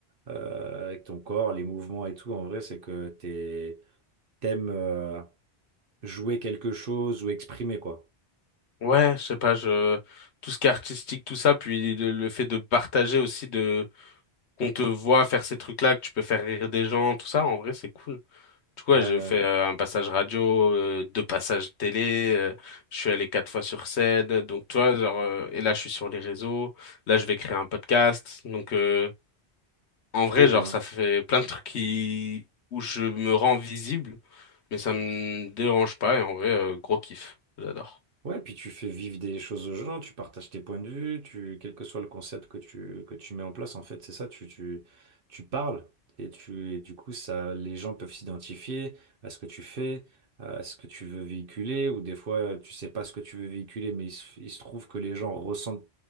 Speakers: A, on the right; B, on the left.
A: euh, avec ton corps, les mouvements et tout, en vrai, c'est que t'es, t'aimes euh, jouer quelque chose ou exprimer, quoi.
B: Ouais, je sais pas, je... tout ce qui est artistique, tout ça, puis le, le fait de partager aussi, de qu'on te voit faire ces trucs-là, que tu peux faire rire des gens, tout ça, en vrai, c'est cool. Du coup, ouais,
A: Ouais,
B: j'ai fait euh, un passage radio, euh, deux passages télé, euh, je suis allé quatre fois sur scène, donc toi, genre, euh, et là je suis sur les réseaux, là je vais créer un podcast, donc euh, en
A: trop
B: vrai, genre,
A: bien.
B: ça fait plein de trucs qui... où je me rends visible, mais ça me dérange pas, et en vrai, euh, gros kiff, j'adore.
A: Ouais, puis tu fais vivre des choses aux gens, tu partages tes points de vue, tu, quel que soit le concept que tu, que tu mets en place, en fait, c'est ça, tu, tu, tu parles et tu, et du coup, ça, les gens peuvent s'identifier à ce que tu fais, à ce que tu veux véhiculer, ou des fois, euh, tu sais pas ce que tu veux véhiculer, mais il se, il se trouve que les gens ressentent